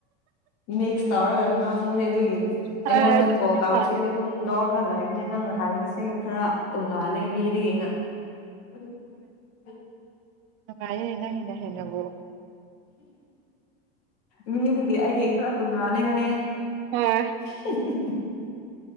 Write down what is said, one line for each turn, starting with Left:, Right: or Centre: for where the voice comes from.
Left: ꯃꯤꯛꯁ ꯇꯧꯔꯒ ꯉꯥꯡꯕꯅꯦ ꯑꯗꯨꯒꯤ ꯅꯉꯣꯟꯗ
Right: ꯍꯣꯏ ꯑꯗꯨꯕꯨꯗꯤ
Left: ꯀꯣ ꯇꯧꯕꯁꯤ
Right: ꯐꯔꯦ
Left: ꯑꯗꯨꯝ ꯅꯣ ꯐꯒꯂꯛꯕꯅꯦ ꯅꯪꯅ ꯍꯥꯏꯔꯤꯕꯁꯦ ꯈꯔ ꯇꯣꯡꯉꯥꯜꯂꯦ ꯃꯤꯗꯒꯤ ꯌꯦ <unintelligible>
Right: ꯃꯉꯥꯏ ꯏꯅ ꯍꯅ ꯍꯦꯟꯅ <unintelligible> ꯉꯣ
Left: ꯃꯤꯗꯒꯤ ꯑꯩꯒꯤ ꯈꯔ ꯇꯣꯡꯉꯥꯜꯂꯦ ꯍꯥꯏꯌꯦꯦ
Right: ꯍꯣꯏ
Left: <unintelligible>